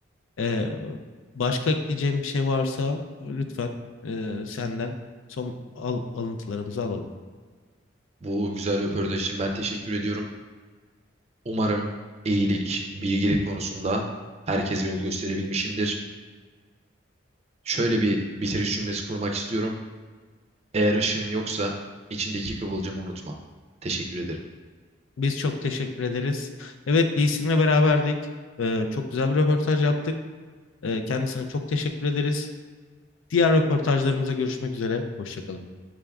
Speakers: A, on the left; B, on the right.
A: E, başka ekleyeceğim bir şey varsa lütfen e, senden son al- alıntılarımızı alalım.
B: Bu güzel röportaj için ben teşekkür ediyorum. Umarım iyilik, bilgilik konusunda herkese yol gösterebilmişimdir. Şöyle bir bitiriş cümlesi kurmak istiyorum. Eğer ışığın yoksa içindeki kıvılcımı unutma. Teşekkür ederim.
A: Biz çok teşekkür ederiz. Evet, Lee Sin'le beraberdik. E, çok güzel bir röportaj yaptık. E, kendisine çok teşekkür ederiz. Diğer röportajlarımıza görüşmek üzere. Hoşça kalın.